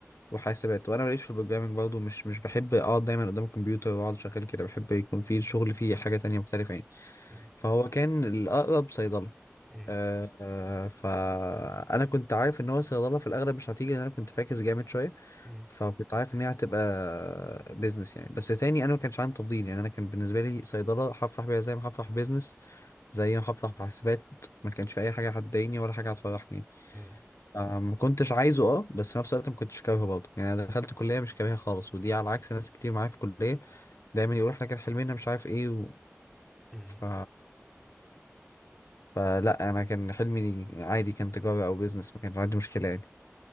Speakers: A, on the left; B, in the centre.
A: وحاسبات وانا ماليش في البروجرامنج برضه مش مش بحب اقعد دايما قدام الكمبيوتر واقعد شغال كده بحب يكون في الشغل فيه حاجه تانية مختلفه يعني
B: امم
A: فهو كان الاقرب صيدله
B: امم
A: أه أه فانا كنت عارف ان هو صيدله في الاغلب مش هتيجي لان انا كنت فاكس جامد شويه
B: امم
A: فكنت عارف ان هي هتبقى بيزنس يعني بس تاني انا ما كانش عندي تفضيل يعني انا كان بالنسبه لي صيدله هفرح بيها زي ما هفرح بيزنس زي ما هفرح بحاسبات ما كانش في اي حاجه هتضايقني ولا حاجه هتفرحني
B: امم
A: آه، ما كنتش عايزه اه بس في نفس الوقت ما كنتش كارهه برضه يعني انا دخلت كليه مش كارهها خالص ودي على عكس ناس كتير معايا في الكليه دايما يقول احنا كان حلمنا مش عارف ايه و...
B: امم.
A: ف... فلا انا كان حلمي عادي كان تجاره او بيزنس ما كانش عندي مشكله يعني